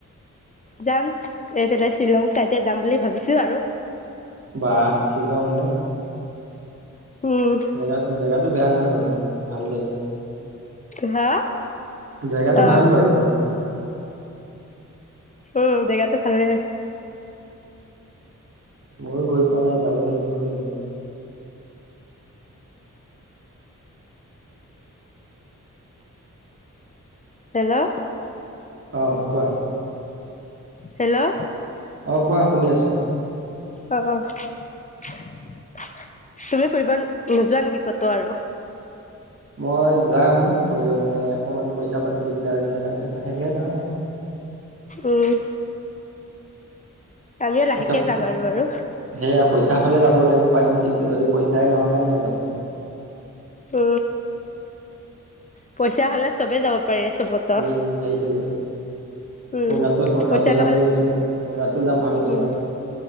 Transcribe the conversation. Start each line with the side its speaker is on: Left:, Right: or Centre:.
Left: যাম এইফালে শ্বিলং চাইডে যাম বুলি ভাবিছো আৰু
Right: বাহ শ্বিলং নে
Left: উম।
Right: জেগাত জেগাতো বেয়া নহয় বাৰু ভাল জেগা
Left: হা
Right: জেগাটো
Left: অ'
Right: ভাল বাৰু
Left: উম জেগাতো ভালে
Right: ময়ো গৈ পোৱা নাই যাব লাগিব এদিন
Left: হেল্ল'
Right: অ কোৱা?
Left: হেল্ল'
Right: অ কোৱা। শুনি আছো?
Left: অহ তুমি ফুৰিব নোযোৱা নেকি কতো আৰু
Right: মই যাম মানে অকণমান পইচা পাতি দিগদাৰ হৈছে কাৰণে সেতিহে যাম আও
Left: উম আমিও লাহেকে
Right: পাছত
Left: যাম আৰু আৰু
Right: সেয়া পইচা হলে যাম <unintelligible> লে পাৰিম তেতিয়া যদি পইচাই নহয় কেনেকে যাম
Left: উ পইচা হলে চবে যাব। পাৰে চবতো।
Right: সেই সেইটোৱে
Left: উম।
Right: অৰুণাচল অৰুণাচল
Left: পইচা নহ'লে
Right: জাম বুলি ভাবিছোঁ অৰুণাচল জাম ভাবিছো
Left: উম
Right: আৰু।